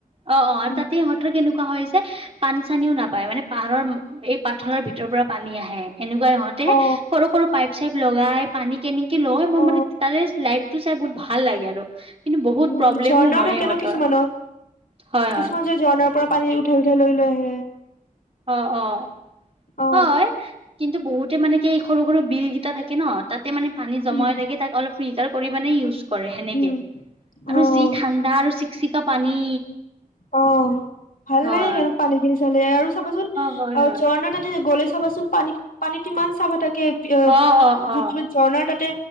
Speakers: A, on the right; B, on the left.
A: অ', অ', আৰু
B: উম
A: তাতে সিহঁতৰ কেনেকুৱা হয় যে পানী চানীও নাপায় মানে পাহাৰৰ এই পাথৰৰ ভিতৰত যৰ পৰা পানী আহে এনেকুৱা সিহঁতে
B: অ
A: সৰু, সৰু পাইপ, চাইপ লগাই পানী কেনেকে লয় মই
B: অ
A: মানে তাৰে লাইফ টো চাই বহুত ভাল লাগে আৰু। কিন্তু বহুত
B: উম
A: প্ৰব্লেমো
B: ঝৰ্ণাও
A: হয়
B: থাকে
A: ইহঁতৰ।
B: ন কিছুমানত
A: হয়
B: কিছুমান
A: হয়
B: যে ঝৰ্ণাৰ পৰা পানী উঠাই, উঠাই লৈ লৈ আহে।
A: অ', অ',
B: অ
A: হয়। কিন্তু বহুতে মানে কি এই সৰু, সৰু বিলকেইটা থাকে ন তাত তাতে মানে পানী জমা
B: উম
A: হৈ থাকে তাক অলপ ফিল্টাৰ কৰি মানে ইউজ কৰে সেনেকে।
B: উম অ
A: আৰু যি ঠাণ্ডা আৰু চিকচিকা পানী।
B: অ', ভাল
A: হয়
B: লাগে কেনে পানী খিনি চালে আৰু চাবাচোন
A: হয়
B: অ',
A: হয়
B: ঝৰ্ণা তাতে গ'লে চাবাচোন। পানী পানীতো ইমান চাফা থাকে উ
A: অ অ
B: যোনটো
A: অ
B: মানে ঝৰ্ণাৰ তাতে